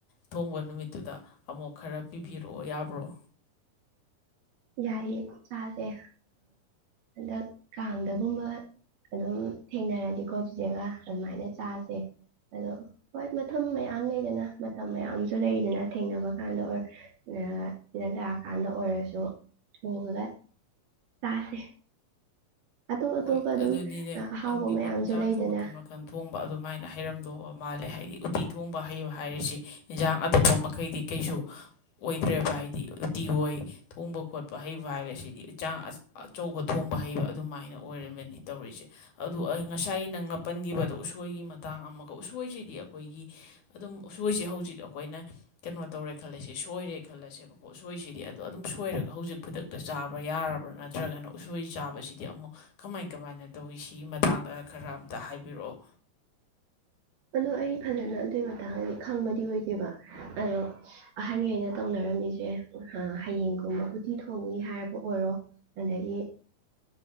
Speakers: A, on the left; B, on the right.
A: ꯊꯣꯡꯕ ꯅꯨꯃꯤꯠꯇꯨꯗ ꯑꯃꯨꯛ ꯈꯔ ꯄꯤꯕꯤꯔꯛꯑꯣ ꯌꯥꯕ꯭ꯔꯣ
B: ꯌꯥꯏꯌꯦ ꯆꯥꯁꯦ ꯍꯟꯗꯛ ꯀꯥꯡꯗꯒꯨꯝꯕ ꯑꯗꯨꯝ ꯊꯦꯡꯅꯔꯗꯤꯀꯣ ꯆꯤꯆꯦꯒ ꯑꯗꯨꯃꯥꯏꯅ ꯆꯥꯁꯦ ꯑꯗꯣ ꯍꯣꯏ ꯃ ꯃꯌꯥꯝ ꯂꯩꯗꯅ ꯃꯇꯝ ꯃꯌꯥꯝꯁꯨ ꯂꯩꯗꯅ ꯊꯦꯡꯅꯕ ꯀꯥꯟꯗ ꯑꯣꯏꯔ ꯁꯤꯗ ꯂꯥꯛꯑꯀꯥꯟꯗ ꯑꯣꯏꯔꯁꯨ ꯍꯒꯒꯦ ꯆꯥꯁꯦ ꯑꯇꯣꯞ ꯑꯇꯣꯞꯄ
A: ꯍꯣꯏ
B: ꯑꯗꯨꯝ
A: ꯑꯗꯨꯅꯤꯅꯦ
B: ꯑꯍꯥꯎꯕ
A: ꯅꯪꯗꯤ
B: ꯃꯌꯥꯝꯁꯨ
A: ꯏꯟꯁꯥꯡꯁꯨ
B: ꯂꯩꯗꯅ
A: ꯃꯈꯟ ꯃꯈꯜ ꯊꯣꯡꯕ ꯑꯗꯨꯃꯥꯏꯅ ꯍꯥꯏꯔꯝꯗꯧꯕ ꯃꯥꯜꯂꯦ ꯍꯥꯏꯗꯤ ꯎꯇꯤ ꯊꯣꯡꯕ ꯍꯩꯕ ꯍꯥꯏꯔꯤꯁꯤ ꯏꯟꯁꯥꯡ ꯑꯇꯣꯞꯄ ꯃꯈꯩꯗꯤ ꯀꯩꯁꯨ ꯑꯣꯏꯗ꯭ꯔꯦꯕ ꯍꯥꯏꯗꯤ ꯎꯇꯤ ꯍꯣꯏ ꯊꯣꯡꯕ ꯈꯣꯠꯄ ꯍꯩꯕ ꯍꯥꯏꯕꯁꯤꯗꯤ ꯏꯟꯖꯥꯡ ꯑꯆꯧꯕ ꯊꯣꯡꯕ ꯍꯩꯕ ꯑꯗꯨꯃꯥꯏꯅ ꯑꯣꯏꯔꯤꯕꯅꯤ ꯇꯧꯔꯤꯁꯦ ꯑꯗꯣ ꯉꯁꯥꯏ ꯅꯪ ꯃꯥꯄꯟꯈꯤꯕꯗꯣ ꯎꯁꯣꯏꯒꯤ ꯃꯇꯥꯡ ꯑꯃꯒ ꯎꯁꯣꯏꯁꯤꯗꯤ ꯑꯩꯈꯣꯏꯒꯤ ꯑꯗꯨꯝ ꯎꯁꯣꯏꯁꯤꯦ ꯍꯧꯖꯤꯛ ꯑꯩꯈꯣꯏꯅ ꯀꯩꯅꯣ ꯇꯧꯔꯦ ꯈꯜꯂꯁꯦ ꯁꯣꯏꯔꯦ ꯈꯜꯂꯁꯦꯕꯀꯣ ꯎꯁꯣꯏꯁꯤꯗꯤ ꯑꯗꯣ ꯑꯗꯨꯝ ꯁꯣꯏꯔꯒ ꯍꯧꯖꯤꯛ ꯈꯨꯗꯛꯇ ꯆꯥꯕ꯭ꯔꯥ ꯌꯥꯔꯕ꯭ꯔꯥ ꯅꯠꯇ꯭ꯔꯒꯅ ꯎꯁꯣꯏ ꯆꯥꯕꯁꯤꯗꯤ ꯑꯃꯨꯛ ꯀꯃꯥꯏ ꯀꯃꯥꯏꯅ ꯇꯧꯋꯤ ꯁꯤꯒꯤ ꯃꯇꯥꯡꯗ ꯈꯔ ꯑꯝꯇ ꯍꯥꯏꯕꯤꯔꯛꯑꯣ
B: ꯑꯗꯣ ꯑꯩ ꯐꯖꯅ ꯑꯗꯨꯏ ꯃꯇꯥꯡꯗꯗꯤ ꯈꯪꯕꯗꯤ ꯑꯣꯏꯗꯦꯕ ꯑꯗꯣ ꯑꯍꯟꯉꯩꯅ ꯇꯧꯅꯔꯝꯃꯤꯁꯦ ꯍꯌꯦꯡꯒꯨꯝꯕ ꯎꯠꯇꯤ ꯊꯣꯡꯅꯤ ꯍꯥꯏꯔꯕ ꯑꯣꯏꯔꯣ ꯑꯗꯒꯤ